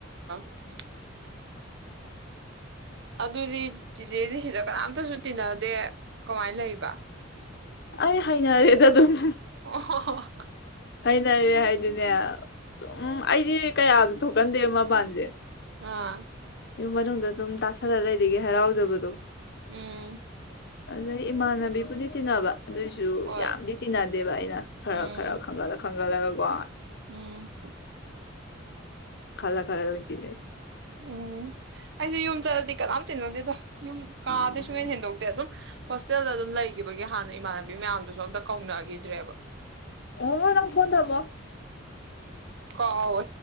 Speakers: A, on the right; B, on the left.
A: <unintelligible> ꯑꯗꯨꯗꯤ ꯆꯤꯆꯦꯗꯤ ꯁꯤꯗ ꯀꯅꯥꯝꯇꯁꯨ ꯇꯤꯟꯅꯗꯦ ꯀꯃꯥꯏꯅ ꯂꯩꯕ
B: ꯑꯩ ꯍꯥꯏꯅꯔꯦꯗ ꯑꯗꯨꯝ
A: ꯑꯣ
B: ꯍꯩꯅꯔꯦ ꯍꯥꯏꯗꯤꯅꯦ ꯎꯝ ꯑꯩꯗꯤ ꯀꯌꯥꯁꯨ ꯊꯣꯛ ꯀꯟꯗꯦ ꯃꯥ ꯄꯥꯟꯖꯦ
A: ꯑꯥ
B: ꯌꯨꯝ ꯃꯅꯨꯡꯗ ꯑꯗꯨꯝ ꯇꯥꯁꯜꯂ ꯂꯩꯔꯤꯒꯦ ꯍꯔꯥꯎꯖꯕꯗꯣ
A: ꯎꯝ
B: ꯑꯗꯩ ꯏꯃꯥꯟꯅꯕꯤꯕꯨꯗꯤ ꯇꯤꯟꯅꯕ ꯑꯗꯨꯏꯁꯨ
A: ꯍꯣꯏ
B: ꯌꯥꯝꯗꯤ ꯇꯤꯟꯅꯗꯦꯕ ꯑꯩꯅ ꯈꯔ
A: ꯎꯝ
B: ꯈꯔ ꯈꯪꯒꯠꯂ ꯈꯪꯒꯠꯂꯒ ꯀꯣ
A: ꯎꯝ
B: ꯈꯜꯂ ꯈꯜꯂꯒ ꯑꯗꯨꯝ ꯇꯤꯟꯅꯩ
A: ꯎꯝ ꯑꯩꯁꯨ ꯌꯨꯝ ꯆꯠꯂꯗꯤ ꯀꯅꯥꯝ ꯇꯤꯟꯅꯗꯦꯗꯣ ꯌꯨꯝ ꯀꯥꯗꯁꯨꯃꯅ
B: ꯎꯝ
A: ꯍꯦꯟꯗꯣꯛꯇꯦ ꯑꯗꯨꯝ ꯍꯣꯁꯇꯦꯜꯗ ꯑꯗꯨꯝ ꯂꯩꯈꯤꯕꯒꯤ ꯍꯥꯟꯅ ꯏꯃꯥꯟꯅꯕꯤ ꯃꯌꯥꯝꯗꯨꯁꯨ ꯑꯝꯇ ꯀꯧꯅꯈꯤꯗ꯭ꯔꯦꯕ
B: ꯑꯕꯨꯉꯣ ꯅꯡ ꯐꯣꯟ ꯊꯥꯃꯣ
A: ꯀꯥꯑꯣ